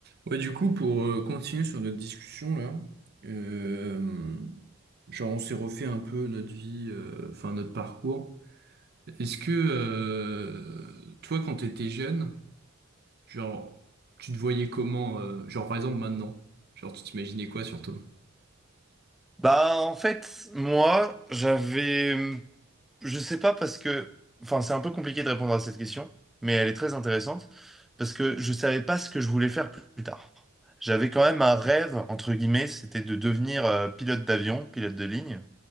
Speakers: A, on the right; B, in the centre.
A: Ouais, du coup, pour euh, continuer sur notre discussion là, euh, genre on s'est refait un peu notre vie, euh, enfin notre parcours. Est-ce que euh, toi, quand t'étais jeune, genre tu te voyais comment, euh, genre par exemple maintenant, genre tu t'imaginais quoi sur toi?
B: Bah en fait, moi, j'avais je sais pas parce que enfin, c'est un peu compliqué de répondre à cette question, mais elle est très intéressante parce que je savais pas ce que je voulais faire plus plus tard. J'avais quand même un rêve entre guillemets, c'était de devenir euh, pilote d'avion, pilote de ligne,